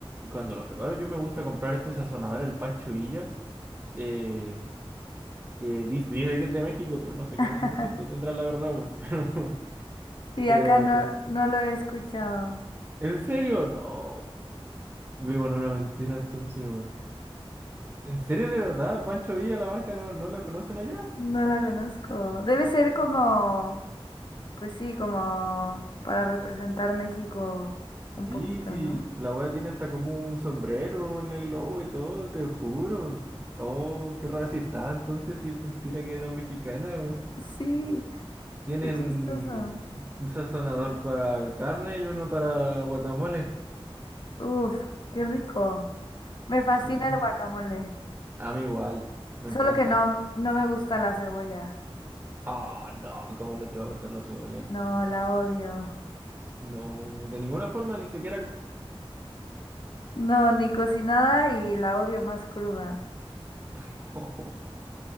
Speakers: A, on the right; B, on the left.
A: cuando los preparo yo me gusta comprar este sazonador, el Pancho Villa, eh, que dice, dice que es de México, pero no sé
B: <laughs>
A: qué tan de cierto tendrá la verdad. weón. <laughs>
B: Sí,
A: Pero,
B: acá no,
A: pero te-
B: no lo he escuchado.
A: ¿en serio? No. Vivo en una mentira entonces, weón. ¿En serio de verdad? ¿Pancho Villa, la marca, no, no la conocen allá?
B: No la conozco. Debe ser como, pues sí, como para representar México un
A: Sí,
B: poquito,
A: sí,
B: ¿no?
A: la wea tiene hasta como un sombrero en el lobo y todo, te juro. Oh, qué racista, entonces sí es mentira que no es mexicana, weón.
B: Sí,
A: Tienen
B: qué chistoso.
A: un sazonador para carne y uno para guacamole.
B: Uf, qué rico. Me fascina
A: Sí,
B: el guacamole,
A: a mí igual, me
B: solo
A: encanta.
B: que no, no me gusta la cebolla.
A: Ah, no, cómo no te va a gustar la cebolla.
B: No, la odio.
A: No, de ninguna forma, ni siquiera.
B: No, ni cocinada y la odio más cruda.
A: <laughs>